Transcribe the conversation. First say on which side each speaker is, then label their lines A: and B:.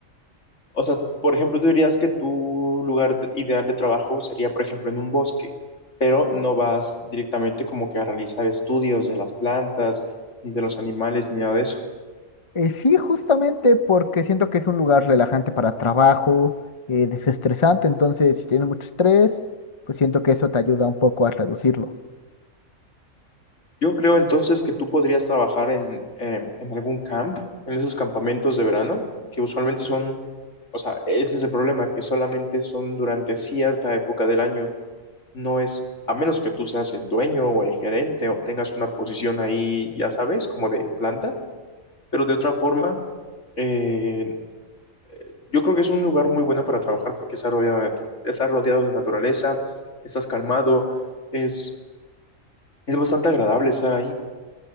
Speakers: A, on the left; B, on the left.
A: O sea, por ejemplo, tú dirías que tu lugar de- ideal de trabajo sería, por ejemplo, en un bosque, pero no vas directamente como que a realizar estudios de las plantas, ni de los animales, ni nada de eso.
B: Eh, sí, justamente porque siento que es un lugar relajante para trabajo, eh, desestresante, entonces si tienes mucho estrés, pues siento que eso te ayuda un poco a reducirlo.
A: Yo creo entonces que tú podrías trabajar en, eh, en algún camp, en esos campamentos de verano, que usualmente son, o sea, ese es el problema, que solamente son durante cierta época del año. No es, a menos que tú seas el dueño o el gerente o tengas una posición ahí, ya sabes, como de planta Pero de otra forma, eh, yo creo que es un lugar muy bueno para trabajar porque está rodeado de, natu- está rodeado de naturaleza, estás calmado, es, es bastante agradable estar ahí,